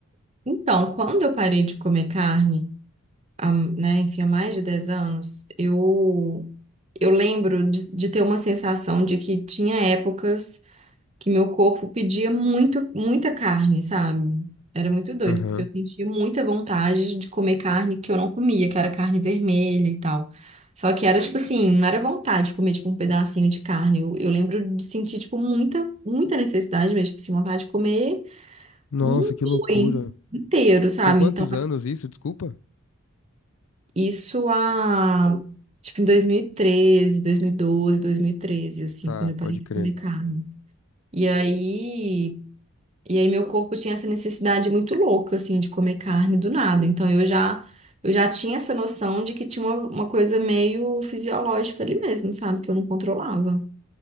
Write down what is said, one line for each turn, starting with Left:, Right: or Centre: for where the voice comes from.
Right: Então, quando eu parei de comer carne, há, né, enfim, há mais de 10 anos, eu, eu lembro de, de ter uma sensação de que tinha épocas que meu corpo pedia muito, muita carne, sabe? Era muito doido,
Left: Aham.
Right: porque eu sentia muita vontade de comer carne que eu não comia, que era carne vermelha e tal. Só que era tipo assim, não era vontade de comer tipo um pedacinho de carne. Eu, eu lembro de sentir tipo muita, muita necessidade mesmo, tipo assim, vontade de comer
Left: Nossa,
Right: um
Left: que loucura.
Right: boi inteiro, sabe?
Left: Com quantos
Right: Então
Left: anos isso? Desculpa.
Right: Isso há, tipo, em dois dois mil mil e treze, dois mil e doze, 2013, 2012, treze
Left: Tá,
Right: assim, quando eu parei
Left: pode
Right: de
Left: crer.
Right: comer carne. E aí, e aí meu corpo tinha essa necessidade muito louca, assim, de comer carne do nada. Então eu já, eu já tinha essa noção de que tinha uma, uma coisa meio fisiológica ali mesmo, sabe? Que eu não controlava.